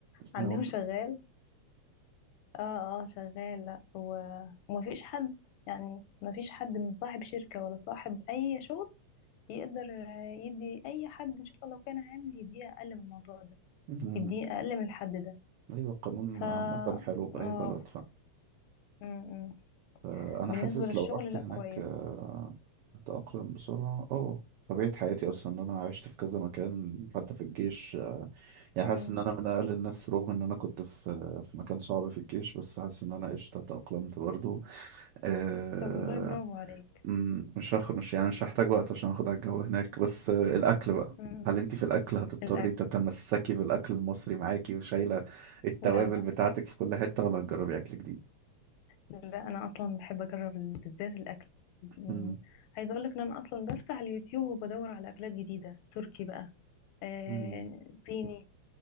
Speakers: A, on the left; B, on the right.
A: عندهم
B: امم
A: شغال اه اه شغال لا و- ومفيش حد يعني مفيش حد من صاحب شركه ولا صاحب اي شغل يقدر آه، يدي اي حد ان شاء الله لو كان عامل يديه اقل من الموضوع ده
B: مم.
A: يديه اقل من الحد ده
B: ايوه القانون
A: ف
B: عامة حلو بأي
A: اه
B: بلد
A: م- م.
B: فأنا
A: بالنسبة
B: حاسس
A: للشغل
B: لو رحت
A: لا
B: هناك
A: كويس
B: آه، أتأقلم بسرعة اه طبيعة حياتي أصلا إن أنا عشت في كذا مكان حتى في الجيش آه، يعني
A: م.
B: حاسس إن أنا من أقل الناس رغم إن أنا كنت في في مكان صعب في الجيش بس حاسس إن أنا قشطة تأقلمت برضو آه،
A: طب والله برافو عليك
B: مم، مش هاخد مش يعني مش هحتاج وقت عشان اخد على الجو هناك بس آه، الاكل بقى
A: م.
B: هل انت في الاكل هتضطري
A: الاكل
B: تتمسكي بالاكل المصري معاكي وشايله التوابل
A: لا لا
B: بتاعتك في كل حته ولا هتجربي اكل جديد
A: لا انا اصلا بحب اجرب ال- بالذات الاكل م.
B: مم.
A: عايزة اقولك ان انا اصلا بفتح اليوتيوب وبدور على اكلات جديدة تركي بقى آه
B: مم.
A: صيني